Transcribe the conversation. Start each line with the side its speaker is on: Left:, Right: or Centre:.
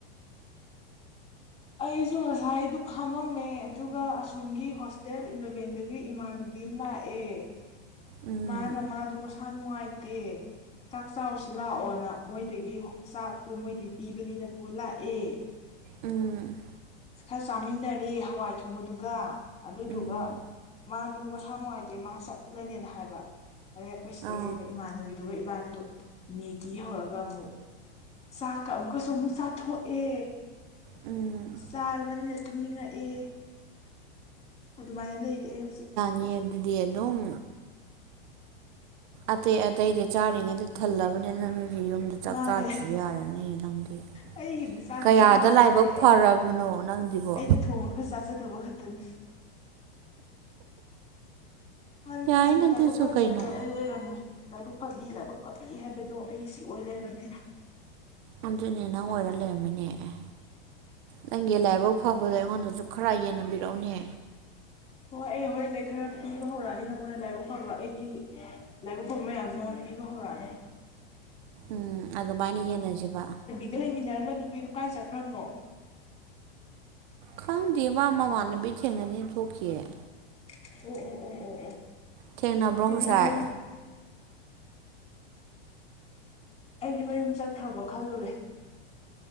Left: ꯑꯩꯁꯨ ꯉꯁꯥꯏꯗꯨ ꯐꯥꯝꯃꯝꯃꯦ ꯑꯗꯨꯒ ꯑꯁꯣꯝꯒꯤ ꯍꯣꯁꯇꯦꯜ ꯏꯂꯚꯦꯟꯗꯒꯤ ꯏꯃꯥꯟꯅꯕꯤ ꯕꯤꯝꯅꯥ ꯑꯦ
Right: ꯎꯝ
Left: ꯃꯥꯅ ꯃꯥꯗꯣ ꯃꯁꯥ ꯅꯨꯡꯉꯥꯏꯇꯦ ꯆꯥꯛ ꯆꯔꯁꯤ ꯂꯥꯛꯑꯣꯅ ꯃꯣꯏꯗꯒꯤ ꯆꯥꯛꯇꯣ ꯃꯣꯏꯗꯤ ꯄꯤꯕꯅꯤꯅ ꯄꯨ ꯂꯥꯛꯑꯦ
Right: ꯎꯝ
Left: ꯈꯔ ꯆꯥꯃꯤꯟꯅꯔꯦ ꯍꯋꯥꯏ ꯊꯣꯡꯕꯗꯨꯒ ꯑꯗꯨꯗꯨꯒ
Right: ꯎꯝ
Left: ꯃꯥ ꯑꯗꯨ ꯃꯁꯥ ꯅꯨꯡꯉꯥꯏꯇꯦ ꯃꯥ ꯆꯠꯂꯅꯦꯅ ꯍꯥꯏꯕ ꯑꯗꯩ ꯑꯩꯈꯣꯏ ꯁꯤꯗ
Right: ꯑꯥ
Left: ꯂꯩꯕ ꯏꯃꯥꯟꯅꯕꯤ ꯑꯗꯨꯒ ꯏꯕꯥꯟꯗꯨꯣ ꯃꯦꯒꯤ ꯍꯧꯔꯒ ꯑꯃꯨꯛ ꯆꯥꯛꯀ ꯑꯃꯨꯛꯀꯁꯨ ꯑꯃꯨꯛ ꯆꯥꯊꯣꯛꯑꯦ
Right: ꯎꯝ
Left: ꯆꯥꯔꯕꯅꯤꯅ ꯇꯨꯝꯅꯤꯡꯉꯛꯑꯦ ꯑꯗꯨꯃꯥꯏꯅ ꯂꯩꯔꯑꯦ ꯍꯧꯖꯤꯛ
Right: ꯅꯤ ꯑꯗꯨꯗꯤ ꯑꯗꯨꯝ ꯑꯇꯩ ꯑꯇꯩꯗꯤ ꯆꯥꯔꯤꯉꯩꯗ ꯊꯜꯂꯕꯅꯤꯅ ꯅꯪ ꯅꯒꯤ ꯌꯨꯝꯗ ꯆꯥꯛ
Left: ꯃꯥꯅꯦ
Right: ꯆꯥꯗꯁꯨ ꯌꯥꯔꯅꯤ ꯅꯪꯗꯤ
Left: ꯑꯩꯒꯤꯗꯤ ꯆꯥꯛ
Right: ꯀꯌꯥꯗ
Left: ꯆꯥꯗꯕ
Right: ꯂꯥꯏꯕꯛ
Left: ꯅꯠꯇꯦ ꯑꯩꯅ
Right: ꯐꯔꯕꯅꯣ ꯅꯪꯗꯤꯕꯣ
Left: ꯑꯩꯅ ꯊꯣꯡꯉꯒ ꯆꯥꯖꯗꯕ ꯈꯛꯇꯅꯤ ꯃꯥꯅꯤ
Right: ꯌꯥꯏꯅ
Left: ꯃꯥꯅꯤ
Right: ꯑꯗꯨꯁꯨ
Left: ꯂꯥꯏꯕꯛ ꯐꯕꯤ
Right: ꯀꯩꯅꯣ
Left: ꯍꯥꯏꯗꯣ ꯑꯩ ꯑꯣꯏꯔꯝꯃꯦ ꯂꯥꯏꯕꯛ ꯐꯕꯤ ꯂꯥꯏꯕꯛ ꯐꯕꯤ ꯍꯥꯏꯕꯗꯣ ꯑꯩ ꯁꯤ ꯑꯣꯏꯔꯔꯝꯃꯦ
Right: ꯑꯗꯨꯅꯦ ꯅꯪ ꯑꯣꯏꯔ ꯂꯩꯔꯝꯃꯤꯅꯦ ꯑꯦ ꯅꯪꯒꯤ ꯂꯥꯏꯕꯛ ꯐꯥꯎꯕꯗ ꯑꯩꯉꯣꯟꯗꯁꯨ ꯈꯔ ꯌꯦꯡꯅꯕꯤꯔꯛꯎꯅꯦ
Left: ꯍꯣꯏ ꯑꯩ ꯍꯣꯔꯦꯟꯗꯩ ꯈꯔ ꯄꯤꯕ ꯍꯧꯔꯛꯑꯅꯤ ꯅꯪꯉꯣꯟꯗ ꯂꯥꯏꯕꯛ ꯐꯕ ꯑꯩꯒꯤ ꯂꯥꯏꯕ ꯈꯔ ꯃꯌꯥꯝꯁꯨ ꯅꯉꯣꯟꯅ ꯄꯤꯕ ꯍꯧꯔꯛꯑꯅꯤ
Right: ꯎꯝ ꯑꯗꯨꯃꯥꯏꯅ ꯌꯦꯟꯅꯁꯤꯕ
Left: ꯒ ꯂꯩꯃꯤꯟꯅꯔꯝꯕ ꯅꯨꯄꯤꯗꯨꯣ ꯀꯥꯏ ꯆꯠꯈ꯭ꯔꯕꯅꯣ
Right: ꯈꯪꯗꯦꯕ ꯃꯃꯥꯟꯅꯕꯤ ꯊꯦꯡꯅꯅꯤ ꯊꯣꯛꯈꯤꯑ
Left: ꯑꯣ ꯑꯣ ꯑꯣ ꯑꯣ ꯑꯣ
Right: ꯊꯦꯡꯅꯕ꯭ꯔꯣ
Left: ꯑꯩꯗꯤ
Right: ꯉꯁꯥꯏ
Left: ꯃꯌꯨꯝ ꯑꯩꯗꯤ ꯃꯌꯨꯝ ꯆꯠꯈ꯭ꯔꯕꯣ ꯈꯜꯂꯨꯔꯦ